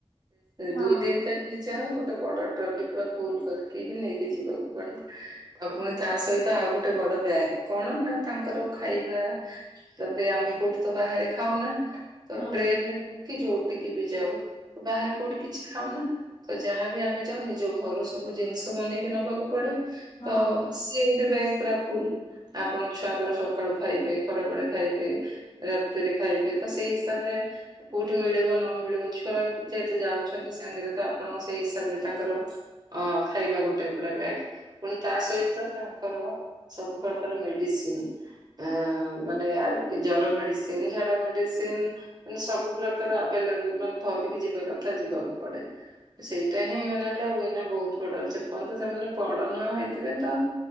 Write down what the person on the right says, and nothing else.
ଦୁଇ ଦିନ ପାଇଁ ଯ ଯାଅ ଗୋଟେ ବଡ ଟ୍ରଲି ପୁରା ଫୁଲ କରିକି ହିଁ ନେଇକି ଯିବାକୁ ପଡେ। ଆଉ ପୁଣି ତା ସହିତ ଆଉ ଗୋଟେ ବଡ ବ୍ୟାଗ କଣ ନା ତାଙ୍କର ଖାଇବା ତାପରେ ଆମେ କୋଉଠି ତ ବାହାରେ ଖାଉନା ତ
ଟ୍ରେନ <unintelligible> କି ଯୋଉ ଟିକି ବି ଯାଉ ବାହାରେ କୋଉଠି କିଛି ଖାଉନା। ତ ଯାହାବି ଆମେ ଯାଉ ନିଜ ଘରୁ ସବୁ ଜିନିଷ ବନେଇକି ନବାକୁ ପଡେ।
ତ ଗୋଟେ ବ୍ୟାଗ ପୁରା ଫୁଲ। ଆପଣ ଛୁଆଙ୍କର ସକାଳୁ ଖାଇବେ ଖରା ବଳେ ଖାଇବେ ରାତିରେ ଖାଇବେ ତ ସେଇଶ ହିସାବରେ କୋଉଠି ମିଳିବ ନ ମିଳିବ ଛୁଆ ଯେହେତୁ ଯାଉଛନ୍ତି ସାଙ୍ଗରେ ତ ତ ସେଇ ହିସାବରେ ତାଙ୍କର ଅ ଖାଇବା ଗୋଟେ ପୁରା ବ୍ୟାଗ ପୁଣି ତା ସହିତ ତା ଙ୍କର ସବୁ ପ୍ରକାର ମେଡିସିନ। ଆ ମାନେ ଜର ମେଡିସିନ ଝାଡା ମେଡିସିନ। ମାନେ ସବୁ ପ୍ରକାର ଆଭେଲେବଲ ମାନେ ଧରିକି ଯିବା କଥା ଯିବାକୁ ପଡେ। ସେଇଟା ହିଁ ମାନେ ହେଲା ହୁଏନା ବହୁତ ପଡ ସେପର୍ଯ୍ୟନ୍ତ ସେମାନେ ପଡ ନ ହେଇଥିବେ ତ